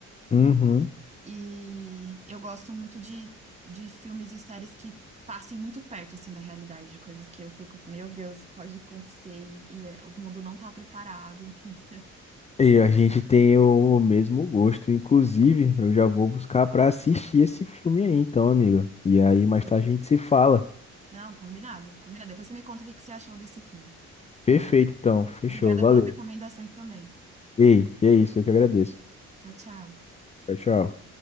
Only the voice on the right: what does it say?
E eu gosto muito de, de filmes e séries que passem muito perto, assim, da realidade, de coisas que eu fico, meu Deus, pode acontecer e, e, é, o mundo não tá preparado, <laughs> entendeu?
Assim,
não, combinado, combinado. Depois você me conta o que que você achou desse filme,
tá bom?
Obrigada
pelas recomendações também.
Tchau, tchau.